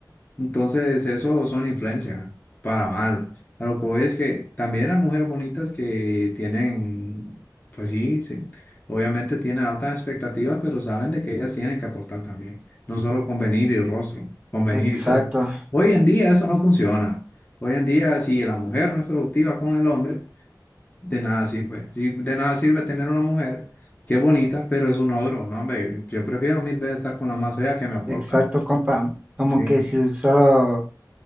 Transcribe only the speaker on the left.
Entonces, eso son influencias, para mal. A lo que voy es que también hay mujeres bonitas que tienen, pues sí, sí, obviamente tienen altas expectativas, pero saben de que ellas tienen que aportar también, no solo con venir y rostro, con venir
y cuerpo. Hoy en día eso no funciona. Hoy en día, si la mujer no es productiva con el hombre, de nada sirve. Si de nada sirve tener una mujer que es bonita, pero es un ogro, ¿no? Hombre, yo prefiero mil veces estar con la más fea que me aporta.
Sí.